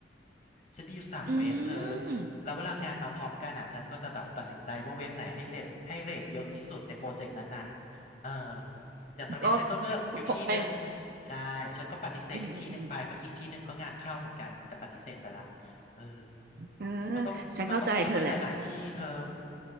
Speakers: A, on the left (about 45°); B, on the right (about 55°).
A: ฉันมีอยู่สามเว็บเธอ
B: อืม
A: แล้วเวลางานมาพร้อมกันอ่ะฉันก็จะแบบตัดสินใจว่าเว็บไหนให้เรทให้เรทเยอะที่สุดในโปรเจกต์นั้นๆเอออย่างตอนนี้ฉันก็เลือกอยู่ที่หนึ่ง
B: ก็ฝไป
A: ใช่ฉันก็ปฏิเสธอีกที่หนึ่งไปเพราะอีกที่หนึ่งก็งานเข้าเหมือนกันแต่ปฏิเสธไปละ
B: อืมอืมอืม
A: เออ
B: เออ
A: มันต้องมันต้องมีไว้หลายๆที่เธอ
B: ฉันเข้าใจเธอแหละ